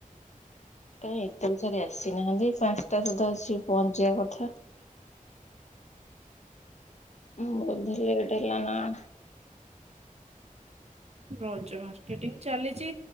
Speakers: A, on the left (about 55°); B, on the right (about 50°).
A: କାଇ ଏତେ <inaudible> ସାରି ଆସିନାହାନ୍ତି ପାଞ୍ଚଟା ସୁଦ୍ଧା ଆସ ପହଞ୍ଚିବା କଥା! ହଁ <inaudible>
B: ରଜ ମାର୍କଟିଂ ଚାଲିଛି।